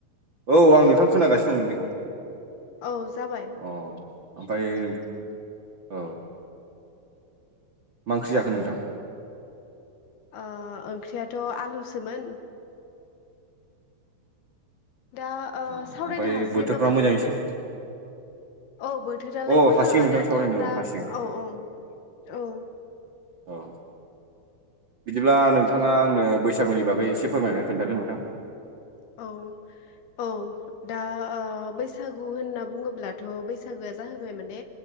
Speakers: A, on the right; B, on the left.
A: औ आं नोंथां खोनागासिनो दं नोंनिखौ
B: औ जाबाय
A: अ ओमफ्राय औ मा ओंख्रि जाखो नोंथां
B: ओ ओंख्रियाथ' आलुसोमोन। दा ओ
A: अ
B: सावरायनो
A: ओमफ्राय
B: हासिगोन
A: बोथोरफ्रा
B: नामा
A: मोजाङै
B: नोंथां?
A: सो
B: औ बोथोरालाय
A: अ
B: मोजाङानो
A: हासिगोन नोंथां सावरायनो
B: थान्दा
A: औ हासिगोन
B: औ औ औ।
A: औ बिदिब्ला नोंथाङा आंनो बैसागुनि बागै एसे फोरमायनानै खोन्थादो नोंथां।
B: औ औ दा ओ बैसागु होनना बुङोब्लाथ' बैसागोआ जाहोबाय माने